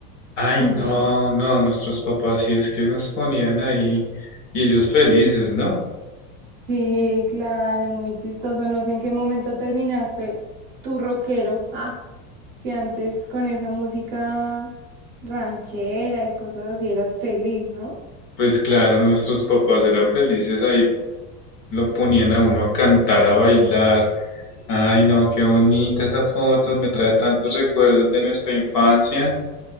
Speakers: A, on the left (about 40°); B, on the right (about 40°).
A: Ay,
B: <laughs>
A: no, no, nuestros papás sí es que nos ponían ahí y ellos felices, ¿no?
B: Sí, claro, muy chistoso. No sé en qué momento terminaste tu rockero. Ah, si antes con esa música ranchera y cosas así eras feliz, ¿no?
A: Pues claro, nuestros papás eran felices ahí, lo ponían a uno a cantar, a bailar. Ay, no, qué bonita esa foto, me trae tantos recuerdos de nuestra infancia.